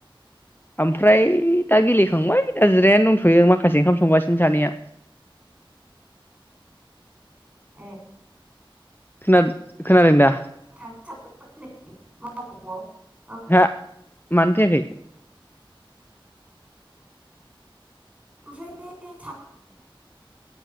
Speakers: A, on the left; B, on the right.
A: आमफ्राय दा गेलेखांबाय दा जिरायनानै दंथयो माखासे ओंखाम संगासिनो सानैया।
B: ए।
A: खोनाद खोनादों दा?
B: <unintelligible>
A: हा मान याखै
B: ओमफ्राय <unintelligible> <unintelligible>